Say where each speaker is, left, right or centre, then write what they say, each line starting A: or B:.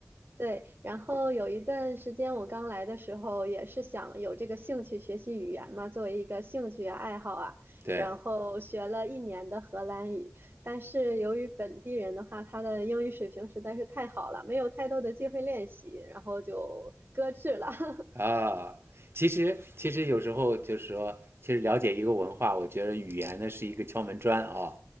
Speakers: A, on the right (about 70°); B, on the right (about 85°).
A: 对，然后有一段时间我刚来的时候，也是想有这个兴趣学习语言嘛，作为一个兴趣啊爱好啊，
B: 对，
A: 然后学了一年的荷兰语，但是由于本地人的话，他的英语水平实在是太好了，没有太多的机会练习，然后就搁置了。<laughs>
B: 啊，其实其实有时候就是说，其实了解一个文化，我觉得语言呢是一个敲门砖啊、